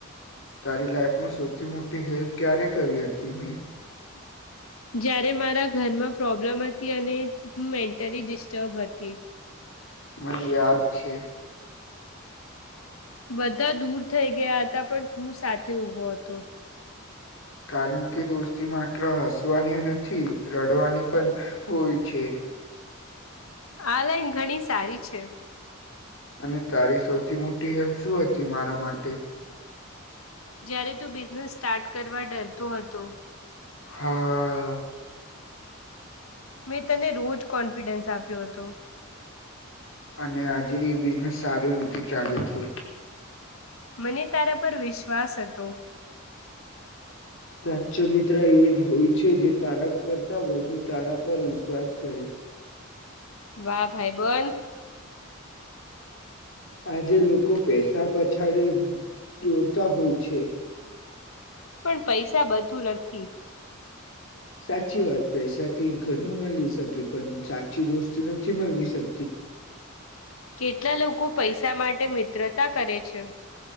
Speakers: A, on the left; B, on the left.
A: તારી લાઈફમાં સૌથી મોટી હેલ્પ ક્યારે કરી હતી મેં.
B: બ <unintelligible> જાયારે મારા ઘરમાં પ્રોબ્લમ હતી અને હું મેન્ટલી ડિસ્ટર્બ હતી.
A: મને યાદ છે.
B: બધા દૂર થઈ ગયા હતા પણ તું સાથે ઊભો હતો.
A: કારણ કે દોસ્તી માત્ર હસવાની નથી રડવાની પણ હોય છે. <inaudible>
B: આ લાઈન ઘણી સારી છે.
A: અને તારી સૌથી મોટી હેલ્પ શું હતી મારા માટે?
B: જયારે તું બિઝનેસ સ્ટાર્ટ કરવા ડરતો હતો.
A: હા
B: મેં તને રોજ કોન્ફિડન્સ આપ્યો હતો.
A: અને આજે એ બિઝનેસ સારી રીતે ચાલે છે.
B: મને તારા પર વિશ્વાસ હતો.
A: સાચો મિત્ર મિત્ર એ જ હોય છે. જે તારા કરતા વધુ તારા પર વિશ્વાસ કરે.
B: વાહ ભાઈબંધ.
A: આજે લોકો પૈસા પછાડે દોડતા હોય છે.
B: પણ પૈસા બધું નથી.
A: સાચી વાત પૈસાથી ઘણું મળી શકે પણ સાચી દોસ્તી નથી મળી શકે
B: કેટલા લોકો પૈસા માટે મિત્રતા કરે છે.